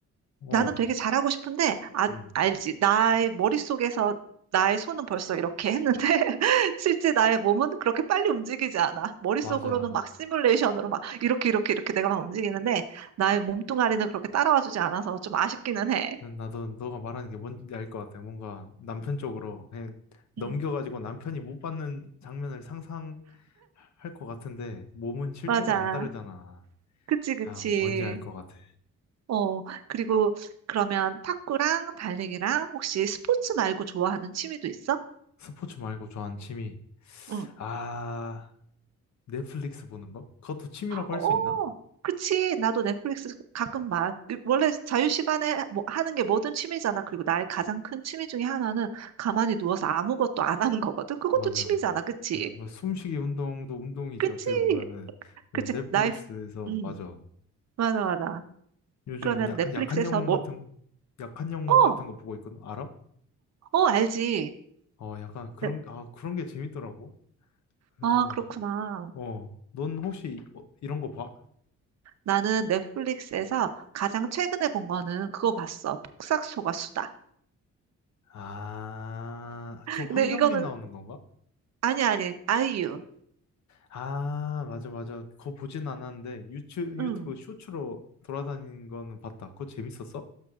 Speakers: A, on the left (about 65°); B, on the right (about 60°).
A: 어,
B: 나는 되게 잘하고 싶은데, 아,
A: 음,
B: 알지. 나의 머릿속에서 나의 손은 벌써 이렇게 했는데, <laughs> 실제 나의 몸은 그렇게 빨리 움직이지 않아. 머릿속으로는
A: 맞아.
B: 막 시뮬레이션으로 막 이렇게, 이렇게, 이렇게 내가 막 움직이는데, 나의 몸뚱아리는 그렇게 따라와 주지 않아서 좀 아쉽기는 해.
A: 나도 너가 말하는 게 뭔지 알 것 같아. 뭔가 남편 쪽으로 그냥 넘겨가지고
B: 음.
A: 남편이 못 받는 장면을 상상할 것 같은데 몸은 실제로
B: 맞아.
A: 안 따르잖아.
B: 그치, 그치.
A: 아, 뭔지 알 것 같아.
B: 어, 그리고 그러면 탁구랑 달리기랑 혹시 스포츠 말고 좋아하는 취미도 있어?
A: 스포츠 말고 좋아하는 취미.
B: 응.
A: 아, 넷플릭스 보는 거? 그것도 취미라고
B: 어,
A: 할 수 있나?
B: 그치. 나도 넷플릭스 가끔 봐. 그 원래 자유시간에 뭐 하는 게 뭐든 취미잖아. 그리고 나의 가장 큰 취미 중에 하나는 가만히 누워서 아무것도 안 하는 거거든. 그것도
A: 맞아.
B: 취미잖아. 그치?
A: 뭐 숨쉬기 운동도 운동이지
B: 그치?
A: 어떻게 보면은 넷플릭스에서
B: 그치? 나의, 음,
A: 맞아.
B: 맞아, 맞아.
A: 요즘
B: 그러면
A: 야,
B: 넷플릭스에서
A: 약한 영혼
B: 뭐,
A: 같은 약한 영혼
B: 어,
A: 같은 거 보고 있거든. 알아?
B: 어, 알지.
A: 어, 약간 그런,
B: 넷-
A: 아, 그런 게 재밌더라고. 그래서,
B: 아, 그렇구나.
A: 어, 넌 혹시 어, 이런 거 봐?
B: 나는 넷플릭스에서 가장 최근에 본 거는 그거 봤어. 폭삭 속았수다.
A: 아, 그 황정민
B: 근데 이거는,
A: 나오는 건가?
B: 아니, 아니, 아이유.
A: 아, 맞아, 맞아. 그거 보진 않았는데, 유튜브, 유튜브
B: 응.
A: 쇼츠로 돌아다니는 거는 봤다. 그거 재밌었어?